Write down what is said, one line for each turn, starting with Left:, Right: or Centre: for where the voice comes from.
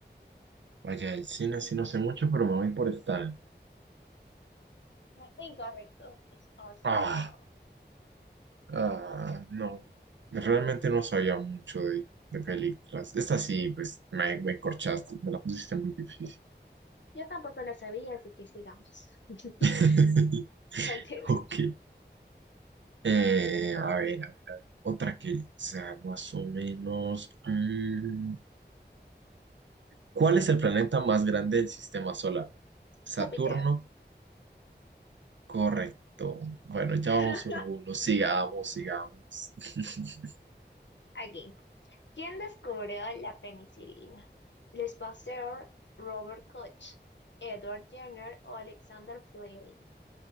Right: Vaya, el cine sí no sé mucho, pero me voy por Stanley.
Left: Incorrecto, es Orson
Right: Ah.
Left: Welles.
Right: Ah,
Left: ¿Cómo se pronuncia?
Right: no, realmente no sabía mucho de, de películas. Esta sí, pues me, me corchaste, me la pusiste muy difícil.
Left: Yo tampoco la sabía, así que sigamos. <laughs>
Right: <laughs>
Left: No tiene.
Right: Ok. Eh, a ver, a ver, a ver. Otra que sea más o menos. mm, ¿cuál es el planeta más grande del sistema solar? Saturno,
Left: Júpiter.
Right: correcto. Bueno, ya
Left: <laughs>
Right: vamos uno a uno. Sigamos, sigamos. <laughs>
Left: Aquí. ¿Quién descubrió la penicilina? Luis Pasteur, Robert Koch, Edward Jenner o Alexander Fleming.